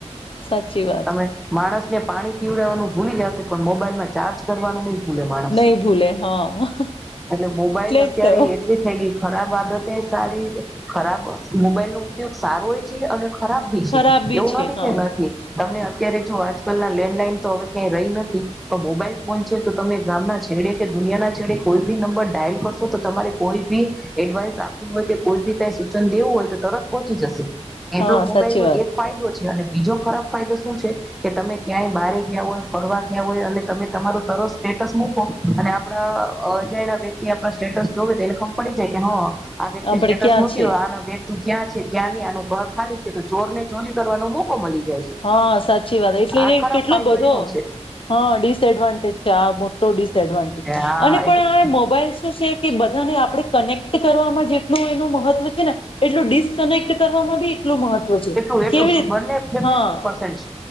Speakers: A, on the left; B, in the centre.
A: સાચી વાત
B: તમે માણસને પાણી રેવાનું ભૂલી જાશે પણ મોબાઈલમાં ચાર્જ કરવાનું નઈ ભૂલે માણસ
A: નહી ભૂલે હા
B: એટલે મોબાઈલ અત્યારે
A: જ તો
B: એટલી થઈ ગઈ ખરાબ આદત એ સારી ખરાબ મોબાઈલનો ઉપયોગ સારોય છે અને ખરાબ ભી
A: ખરાબ
B: છે
A: બી
B: એવું
A: છે
B: નથી
A: હા
B: કે નથી તમને અત્યારે જો આજકાલના લેન્ડલાઇન. તો હવે ક્યાંય રહી નથી પણ મોબાઈલ ફોન છે તો તમે ગામના છેડે કે દુનિયા ના છેડે કોઈ બી નંબર ડાયલ કરશો તો તમારે કોઈ બી એડવાઈસ આપવી હોય કે કોઈ બી ક સૂચન દેવું હોય તો તરત પહોંચી જશે એટલો
A: હા
B: મોબાઈલ
A: સાચી
B: નો
A: વાત
B: એક ફાયદો છે, અને બીજો ખરાબ ફાયદો શું છે કે તમે ક્યાંય બારીક યા હોય ફરવા ગયા હોય અને તમે તમારું તરત સ્ટેટસ મૂકો અને આપડા અજાણા વ્યક્તિ આપ સ્ટેટસ જોવે તો એને ફમ પડી જાય કે હ આ વેટ થી
A: આપડે
B: સ્ટેટસ
A: ક્યાં
B: મૂક્યો
A: છીએ
B: આનો વેટ તું ક્યાં છે ક્યાં આનું ઘર ખાલી છે, તો ચોર ને ચોરી કરવાનો મોકો મળી જાય છે
A: હા સાચી વાત એટલે
B: આ ખરાબ
A: કે
B: ફાયદો
A: બધો
B: એનો છે
A: હા ડિસએડવાન્ટેજ છે આ મોટો ડિસએડવાન્ટેજ
B: હા
A: અને પણ
B: એટલું
A: આ મોબાઈલ શું છે કે બધાને આપડણે કનેક્ટ કરવામાં જેટલું એનું મહત્વ છે ને એટલું ડિસ્કનેક્ટ કરવામાં બી એટલું મહત્વ છે
B: કેટલું એટલું
A: કેવી રીતે
B: બંને ફિફ્ટી
A: હા
B: પર્સન્ટ